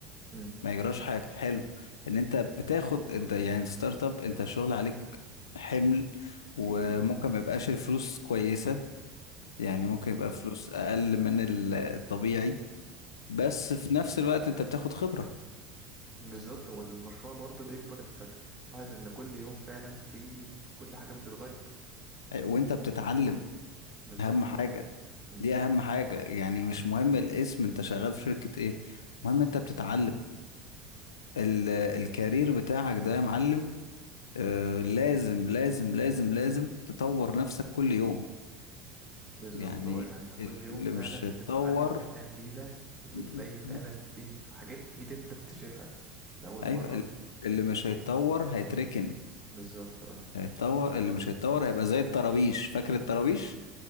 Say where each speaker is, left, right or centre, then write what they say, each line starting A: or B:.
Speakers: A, on the right; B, on the left.
A: مم.
B: ما يجراش حاجه حلو ان انت بتاخد انت يعني ستارت اب انت الشغل عليك حمل وممكن
A: تقيل اه
B: ما يبقاش الفلوس كويسه يعني
A: مم.
B: ممكن يبقى فلوس اقل من ال- الطبيعي بس في نفس الوقت انت بتاخد خبره
A: بالظبط والمشروع برضه بيكبر انت بتلاحظ ان كل يوم فعلا في كل حاجة بتتغير
B: وانت بتتعلم
A: بالظبط
B: اهم حاجه
A: اه مم.
B: دي اهم حاجه يعني مش مهم الاسم انت شغال في شركه ايه المهم انت بتتعلم ال- الكارير بتاعك ده يا معلم آه
A: مم.
B: لازم لازم لازم لازم تطور نفسك كل يوم
A: بالظبط
B: يعني
A: اه يعني انت
B: اللي
A: كل يوم فعلا
B: مش هيتطور
A: بتتعلم حاجة جديدة وبتلاقي
B: مم.
A: فعلا
B: مم.
A: في حاجات جديدة انت بتكتشفها لأول
B: ايوه
A: مرة
B: ال- اللي مش هيتطور هيتركن
A: بالظبط اه
B: هيتطور اللي مش هيتطور هيبقى زي الطرابيش فاكر الطرابيش